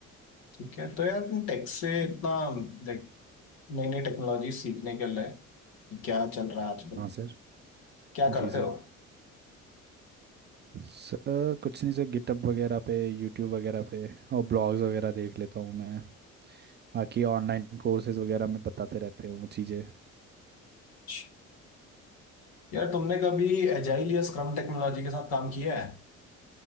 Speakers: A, on the left; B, on the right.
A: ठीक है तो यार तुम टेक से इतना लाइक नई नई टेक्नोलॉजी सीखने के लिए कि क्या चल रहा है आजकल
B: हाँ सर
A: क्या करते
B: जी सर
A: हो
B: सर कुछ नहीं सर गिटअप वगैरह पे यूट्यूब वगैरह पे और ब्लॉग्स वगैरह देख लेता हूँ मैं बाकी ऑनलाइन कोर्सेज वगैरह में बताते रहते हैं वो चीज़ें
A: अच्छा। यार तुमने कभी एजाइल या स्क्रम टेक्नोलॉजी के साथ काम किया है